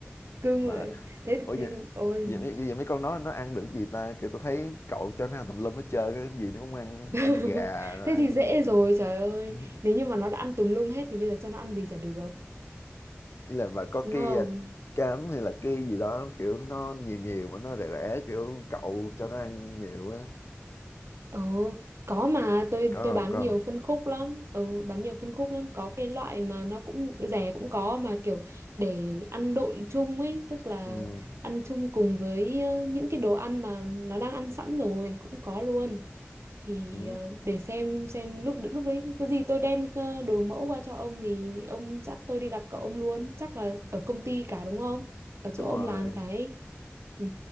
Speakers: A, on the right; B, on the left.
A: cưng
B: mà
A: rồi. Thế thì,
B: ủa
A: thì
B: vậy
A: ôi.
B: vậy mấy, vậy mấy con nó nó ăn được gì ta kiểu tôi thấy cậu cho nó ăn tùm lum hết trơn cái gì nó cũng ăn
A: <laughs>
B: ăn gà rồi
A: Thế
B: ăn
A: thì dễ rồi, trời ơi.
B: <laughs>
A: Nếu như mà nó đã ăn tùm lum hết thì bây giờ cho nó ăn gì chả được,
B: ý là mà có
A: đúng
B: cái
A: không?
B: à, cám hay là cái gì đó kiểu nó nhiều nhiều mà nó rẻ rẻ kiểu cậu cho nó ăn nhiều á
A: Ừ, có mà tôi
B: có
A: tôi bán
B: không có
A: nhiều
B: không
A: phân khúc lắm. Ừ, bán nhiều phân khúc lắm. Có cái loại mà nó cũng rẻ cũng có mà kiểu để ăn độn chung ấy, tức là
B: ừ,
A: ăn chung cùng với ờ, những cái đồ ăn mà nó đang ăn sẵn rồi cũng có luôn. Thì
B: ừ,
A: ờ, để xem xem lúc lúc đấy có gì tôi đem ờ, đồ mẫu qua cho ông thì ông dắt tôi đi gặp cậu ông luôn. Chắc là ở công ty cả đúng không? Ở chỗ
B: đúng
A: ông
B: rồi
A: làm cái. Ừ.